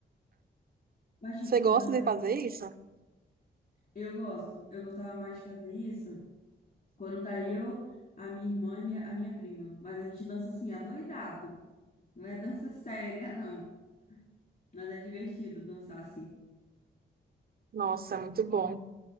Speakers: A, on the left; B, on the right.
A: Mas, tipo,
B: Você
A: você
B: gosta
A: dança.
B: de fazer isso?
A: Eu gosto, eu gostava mais de fazer isso quando tá eu, a minha irmã e minha- a minha prima. Mas a gente dança assim, adoidado. Não é dança <laughs> séria, não. Mas é divertido dançar assim.
B: Nossa, é muito bom.